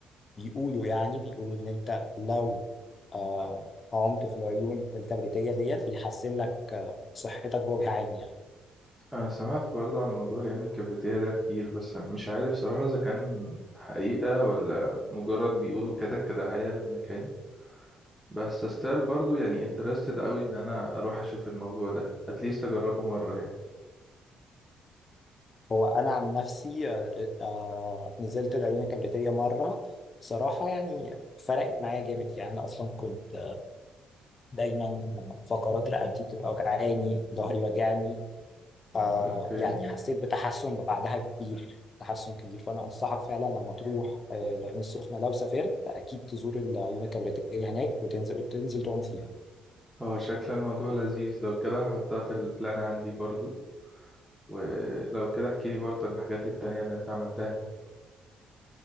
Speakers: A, on the left (about 40°); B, in the centre.
A: بيقولوا يعني بيقولوا ان انت لو آه عمت في العيون الكبريتية ديت بيحسن لك آه صحتك بوجه عام يعني
B: انا سمعت برضه عن موضوع العين الكبريتية ده كتير بس مش عارف صراحة اذا كان حقيقة ولا مجرد بيقولوا كده كدعاية للمكان بس استايل برضو يعني انترستد قوي ان انا اروح اشوف الموضوع ده اتليست اجربه مره يعني
A: هو انا عن نفسي آه آه، نزلت العيون الكبريتية مرة بصراحة يعني فرقت معايا جامد يعني انا اصلا كنت دايما فقرات رقبتي بتبقى وجعاني ظهري وجعني آه
B: اوكي
A: يعني حسيت بتحسن بعدها كبير تحسن كبير فانا انصحك فعلا لما تروح آه العين السخنه لو سافرت اكيد تزور العيون الكبريتيه هناك وتنزل وتنزل تعوم فيها
B: هو شكل الموضوع لذيذ لو كده هحطها في البلان عندي برضو ولو كده احكي لي برضو عن الحاجات التانية اللي انت عملتها